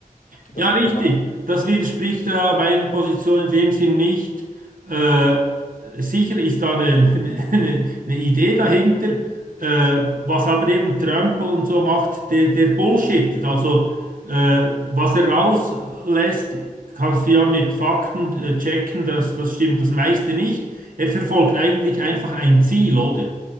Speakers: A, on the right; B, on the left.
A: Ja,
B: das dann
A: richtig.
B: immer ab.
A: Das widerspricht äh, meiner Position in dem Sinn nicht. Äh, sicher ist da eine, <laughs> eine, eine Idee dahinter, äh, was aber eben Trump und so macht, der, der Bullshit. Also äh, was er rauslässt, kannst du ja mit Fakten äh, checken, dass das stimmt das meiste nicht. Er verfolgt eigentlich einfach ein Ziel, oder?